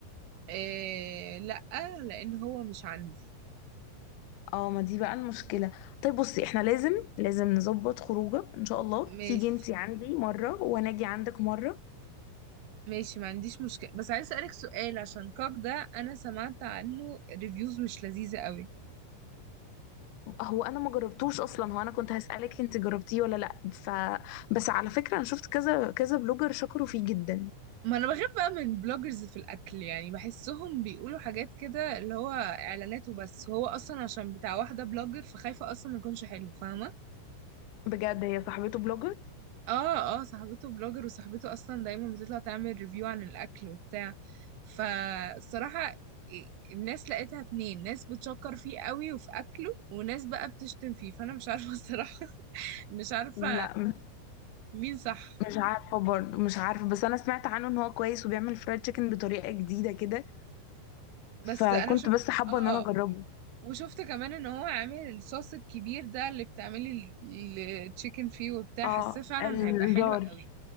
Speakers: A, on the right; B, on the left.
A: إيه لأ لأن هو مش عندي
B: اه ما دي بقى المشكلة طيب بصي احنا لازم لازم نظبط خروجه ان شاء الله
A: ماشي
B: تيجي انتي عندي مرة وانا اجي عندك مرة
A: ماشي ما عنديش مشكلة بس عايز أسألك سؤال عشان كوك ده أنا سمعت عنه ريفيوز مش لذيذة قوي
B: هو انا ما جربتوش اصلا هو انا كنت هسألك انت جربتيه ولا لا ف بس على فكرة انا شفت كذا كذا بلوجر شكروا فيه جدا
A: ما أنا بخاف بقى من بلوجرز في الأكل يعني بحسهم بيقولوا حاجات كده اللي هو إعلانات وبس هو أصلا عشان بتاع واحدة بلوجر فخايفة أصلا ما يكونش حلو فاهمة
B: بجد هي صاحبته بلوجر
A: اه اه صاحبته بلوجر وصاحبته اصلا دايما بتطلع تعمل ريفيو عن الاكل وبتاع فالصراحة الناس لقيتها اتنين ناس بتشكر فيه قوي وفي اكله وناس بقى بتشتم فيه فانا مش عارفة الصراحة <laughs> مش عارفة
B: لا
A: مين صح
B: مش عارفة برضه مش عارفة بس أنا سمعت عنه إن هو كويس وبيعمل فرايد تشيكن بطريقة جديدة كده
A: بس
B: فكنت
A: انا شفت
B: بس حابة
A: اه
B: إن أنا أجربه
A: وشفت كمان ان هو عامل الصوص الكبير ده اللي بتعملي التشيكن فيه وبتاع
B: اه
A: حاساه فعلا
B: الجار
A: هيبقى حلو قوي